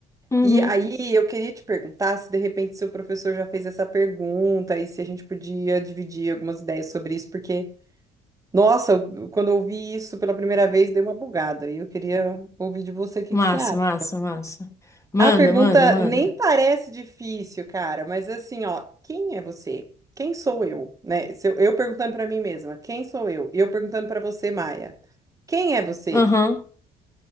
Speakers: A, on the left; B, on the right.
A: uhum.
B: E aí eu queria te perguntar se de repente seu professor já fez essa pergunta e se a gente podia dividir algumas ideias sobre isso, porque, nossa, eu- quando eu ouvi isso pela primeira vez, dei uma bugada. E eu queria ouvir de você o que
A: Massa,
B: que você acha.
A: massa, massa. Manda,
B: A pergunta
A: manda, manda.
B: nem parece difícil, cara, mas assim, ó, quem é você? Quem sou eu, né? Se eu, eu perguntando pra mim mesma, quem sou eu? E eu perguntando pra você, Maia, quem é você?
A: Aham.